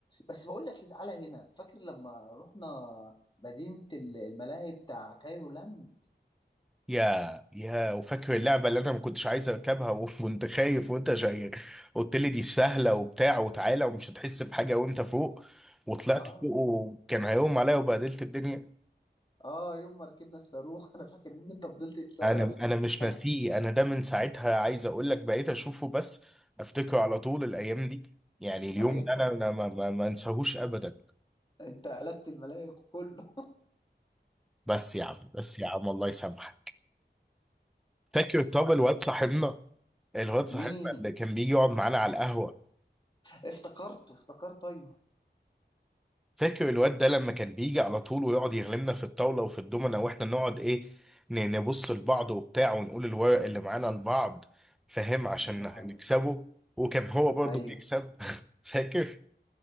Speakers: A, on the left (about 25°); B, in the centre.
A: بس بقول لك ايه تعالى هنا فاكر لما رحنا مدينة ال- الملاهي بتاع كايرو لاند
B: يا يا وفاكر اللعبه اللي انا ما كنتش عايز اركبها و- <laughs> وانت خايف وانت جاي قلت لي دي سهله وبتاع وتعالى ومش هتحس بحاجه وانت فوق وطلعت
A: اه
B: فوق وكان هيقوم عليا وبهدلت الدنيا
A: اه يوم ما ركبنا الصاروخ <laughs> انا فاكر ان انت فضلت تصرخ
B: انا انا مش
A: قال-
B: ناسيه انا ده من ساعتها عايز اقول لك بقيت اشوفه بس افتكره على طول الايام دي يعني اليوم
A: ايوه
B: ده انا أنا ما ما ما انساهوش ابدا
A: انت قلبت الملاهي كله
B: بس يا عم بس يا عم الله يسامحك فاكر طب الواد صاحبنا الواد صاحبنا
A: مين
B: اللي كان بيجي يقعد معانا على القهوه
A: افتكرته افتكرته ايوه
B: فاكر الواد ده لما كان بيجي على طول ويقعد يغلبنا في الطاوله وفي الدومنه واحنا نقعد ايه ن- نبص لبعض وبتاع ونقول الورق اللي معانا لبعض فاهم عشان
A: ده
B: نكسبه
A: حقيقي
B: وكان هو برضه
A: ايوه
B: بيكسب <laughs> فاكر